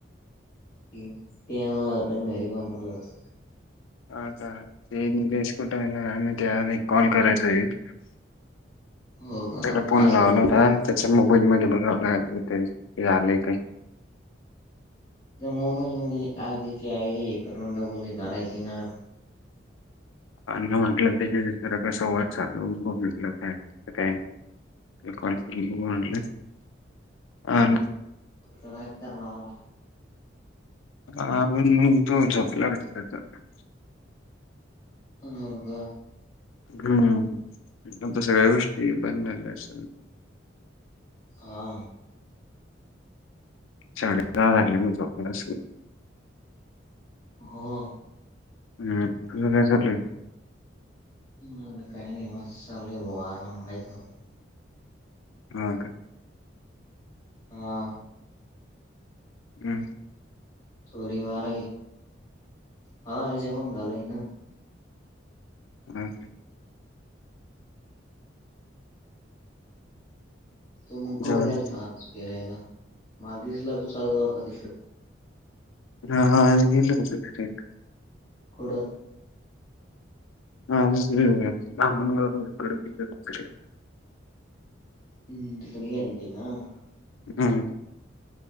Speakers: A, on the left; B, on the left.
A: ते आणलं होत <unintelligible>
B: ह का तेचटना आमही ते यावे काॉल करायच <unintelligible>
A: हो का
B: त्याला फोन
A: असेल
B: लावला
A: ना
B: होता
A: ते
B: त्या मोबाईल मध्ये बघाव लागेल ते हे आले काय.
A: मोबाईलमध्ये आ त्याची आय डी हे करून डबल हे करायचीणार.
B: अन म्हटलं त्याच्यासरा क संंवाद चालूघ काय काय <unintelligible>
A: नाही ना <unintelligible>
B: हण मग तो झपला वाट <unintelligible>
A: हो का.
B: हम्, आता सगळ्या गोष्टी बन झाल्या अस
A: हा.
B: साडेदहा झाले मग झोपलास असेल.
A: हो.
B: हम्, तुझं काय चाललंय?
A: म काही नाही बॉस चाललय बुआ आराम खायचा आता.
B: हां का.
A: हा.
B: हम्.
A: थोडी वार हा जेवण झालंय ना.
B: ओके <unintelligible>
A: तू म कुठे
B: जेवण
A: गेलता फिरायला, मला दिसला तू चालला होता तिकडे.
B: हा, हा, आज गेलो होतो फिरायला.
A: कुट?
B: अ बहमनगारकड <unintelligible>
A: हम् त कोणी येते का <unintelligible>
B: हम्म.